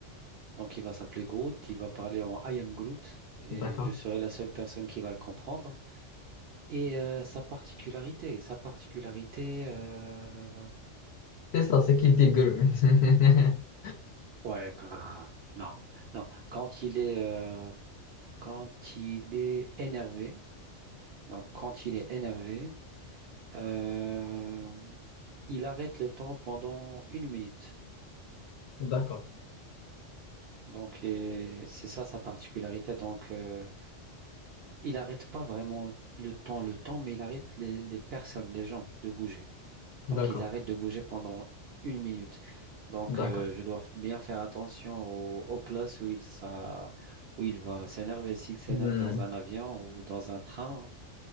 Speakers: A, on the right (about 65°); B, on the left (about 65°).
A: Donc il va s'appeler Groot, il va parler en I am Groot, et
B: d'accord.
A: je serai la seule personne qui va le comprendre. Et euh, sa particularité, sa particularité, euh,
B: C'est ça, c'est qu'il dit grue. <laughs>
A: Ouais, grave. Non, non. Quand il est, euh, quand il est énervé, donc quand il est énervé, euh, il arrête le temps pendant une minute.
B: D'accord,
A: Donc, et c'est ça sa particularité. Donc, euh, il arrête pas vraiment le temps, le temps, mais il arrête les, les personnes, les gens de bouger. Donc,
B: d'accord,
A: ils arrêtent de bouger pendant une minute. Donc,
B: d'accord.
A: euh, je dois bien faire attention aux, aux places où il, ça, où il va s'énerver. S'il s'énerve
B: Hmm.
A: dans un avion ou dans un train